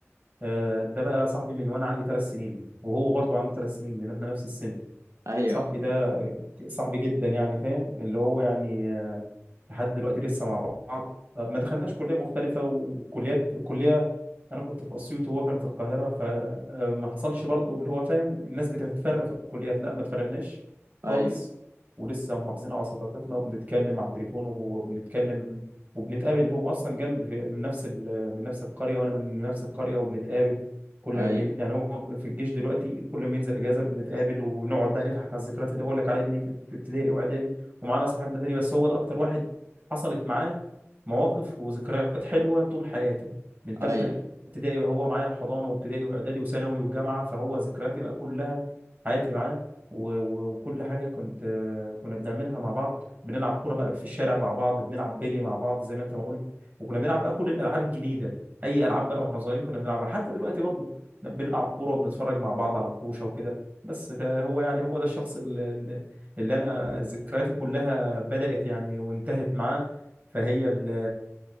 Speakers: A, on the right; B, on the right.
A: آه، ده بقى صاحبي من وانا عندي ثلاث سنين وهو برضو عنده ثلاث سنين لان احنا نفس السن
B: ايوه
A: صاحبي ده صاحبي جدا يعني فاهم اللي هو يعني آه، لحد دلوقتي لسه مع بعض آه، ما دخلناش كلية مختلفة وكليات الكلية أنا كنت في أسيوط وهو كان في القاهرة فما حصلش برضو اللي هو فاهم الناس بتتفرق في الكليات لا ما اتفرقناش
B: ايوه
A: خالص ولسه محافظين على صداقتنا وبنتكلم على التليفون وبنتكلم وبنتقابل هو أصلا جنب في- من نفس ال- من نفس القرية وأنا من نفس القرية وبنتقابل كل
B: ايوه
A: ما بين يعني هو في الجيش دلوقتي كل ما ينزل اجازه بنتقابل ونقعد بقى نضحك على الذكريات اللي بقول لك عليها دي في في ابتدائي واعدادي ومعانا اصحابنا تاني بس هو ده اكتر واحد حصلت معاه مواقف وذكريات حلوة طول حياتي من تالتة
B: ايوه
A: ابتدائي بقى هو معايا الحضانة وابتدائي وإعدادي وثانوي والجامعة فهو ذكرياتي بقى كلها حياتي معاه و- و- وكل حاجة كنت آه، كنا بنعملها مع بعض بنلعب كورة بقى في الشارع مع بعض بنلعب بيلي مع بعض زي ما أنت ما قلت وكنا بنلعب بقى كل الألعاب الجديدة أي ألعاب بقى وإحنا صغيرين كنا بنلعبها حتى دلوقتي برضه بنلعب كورة وبنتفرج مع بعض على مطوشة وكده بس ده- هو يعني هو ده الشخص اللي, اللي اللي أنا ذكرياتي كلها بدأت يعني وانتهت معاه فهي ال